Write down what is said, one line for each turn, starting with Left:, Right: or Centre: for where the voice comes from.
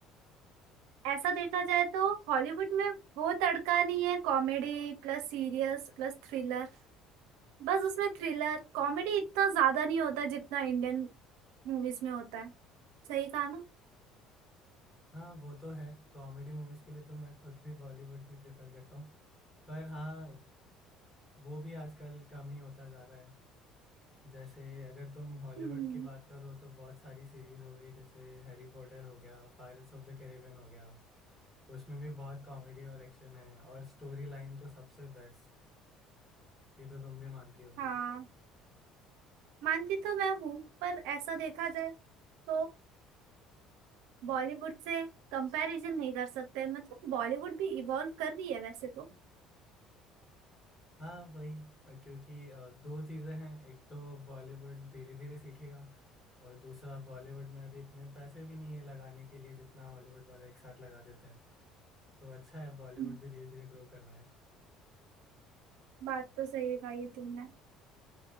Right: ऐसा देखा जाए तो हॉलीवुड में वो तड़का नहीं है comedy plus serious plus thriller बस उसमें थ्रिलर कॉमेडी इतना ज्यादा नहीं होता जितना इंडियन मूवीज में होता है सही कहा ना
Left: हाँ वो तो है कॉमेडी मूवीज के लिए तो मैं खुद भी बॉलीवुड ही प्रेफर करता हूँ पर हाँ वो भी आजकल कम ही होता जा रहा है जैसे अगर तुम हॉलीवुड
Right: हम्म
Left: की बात करो तो बहुत सारी सीरीज हो गई जैसे हैरी पॉटर हो गया पायरेट्स ऑफ द कैरिबियन हो गया उसमें भी बहुत कॉमेडी और एक्शन है और स्टोरी लाइन तो सबसे बेस्ट ये तो तुम भी मानती होगी
Right: हाँ मानती तो मैं हूँ पर ऐसा देखा जाए तो बॉलीवुड से कंपैरिजन नहीं कर सकते मतलब बॉलीवुड भी इवॉल्व कर रही है वैसे तो
Left: हाँ वही अ, क्योंकि अ, दो चीज़ें हैं एक तो बॉलीवुड धीरे धीरे सीखेगा और दूसरा बॉलीवुड में अभी इतने पैसे भी नहीं है लगाने के लिए जितना हॉलीवुड वाले एक साथ लगा देते हैं तो अच्छा है बॉलीवुड
Right: हम्म,
Left: भी धीरे धीरे ग्रो कर रहा है
Right: बात तो सही कहा ये तुमने